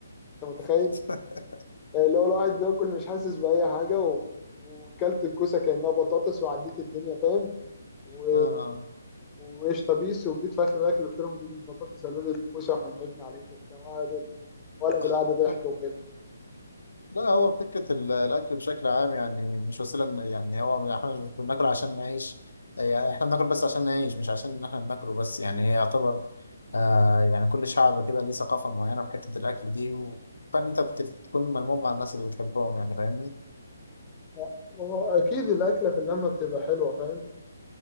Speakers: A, on the left; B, on the left.
A: أنت متخيل
B: <laughs>
A: اللي هو الواحد بياكل مش حاسس بأي حاجة و... وكلت الكوسة كأنها بطاطس وعديت الدنيا فاهم و...
B: اه
A: وقشطة بيس وجيت في آخر الأكل قلت لهم دي مش بطاطس قالوا لي دي كوسة واحنا ضحكنا عليكم وبتاع وقعدوا ولا بالقعدة
B: آه.
A: ضحك وكده
B: لا هو فكرة ال- الأكل بشكل عام يعني مش وسيلة من- يعني هو احنا مش بناكل عشان نعيش يعني احنا بناكل بس عشان نعيش مش عشان إن احنا بناكله بس يعني هي يعتبر آه يعني كل شعب كده ليه ثقافة معينة في حتة الأكل دي و- فإن أنت بت- بتكون ملموم مع الناس اللي بتحبهم يعني فاهمني؟
A: لا، ما هو أكيد الأكلة في اللمة بتبقى حلوة فاهم